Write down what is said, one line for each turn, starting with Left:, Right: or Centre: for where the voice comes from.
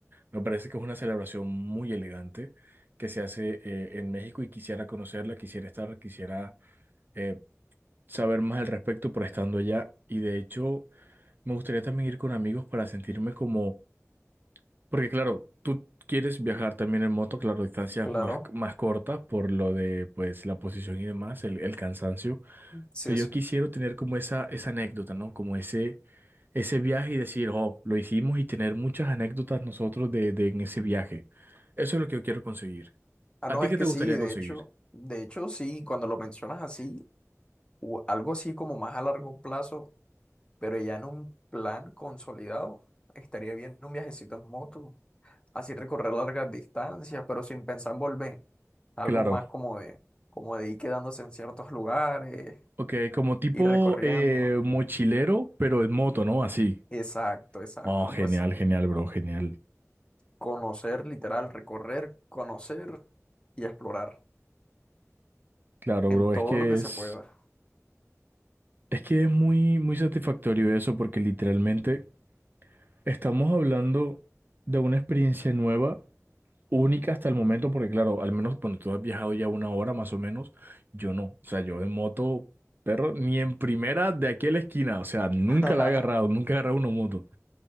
Right: me parece que es una celebración muy elegante que se hace eh, en México y quisiera conocerla, quisiera estar, quisiera eh, saber más al respecto por estando allá. Y de hecho, me gustaría también ir con amigos para sentirme como, porque claro, tú quieres viajar también en moto, claro, distancias
Left: Claro,
Right: más, más cortas por lo de pues la posición y demás, el el cansancio
Left: sí,
Right: pero
Left: sí.
Right: yo quisiera tener como esa, esa anécdota, ¿no? Como ese, ese viaje y decir, oh, lo hicimos y tener muchas anécdotas nosotros de, de en ese viaje. Eso es lo que yo quiero conseguir.
Left: Ah,
Right: ¿A
Left: no,
Right: ti
Left: es
Right: qué
Left: que
Right: te gustaría
Left: sí, de
Right: conseguir?
Left: hecho, de hecho, sí, cuando lo mencionas así, u- algo así como más a largo plazo. pero ya en un plan consolidado, estaría bien un viajecito en moto, así recorrer largas distancias, pero sin pensar en volver. Algo
Right: Claro.
Left: más como de, como de ir quedándose en ciertos lugares,
Right: Ok, como tipo
Left: ir recorriendo.
Right: eh, mochilero, pero en moto, ¿no? Así.
Left: Exacto, exacto,
Right: Oh, genial,
Left: algo así.
Right: genial, bro, genial.
Left: Conocer, literal, recorrer, conocer y explorar
Right: Claro,
Left: en
Right: bro,
Left: todo
Right: es que
Left: lo que se
Right: es,
Left: pueda.
Right: es que es muy, muy satisfactorio eso porque literalmente estamos hablando de una experiencia nueva única hasta el momento, porque claro, al menos cuando tú has viajado ya una hora más o menos, yo no. O sea, yo en moto, perro, ni en primera de aquí a la esquina. O sea, nunca
Left: <laughs>
Right: la he agarrado, nunca he agarrado una moto.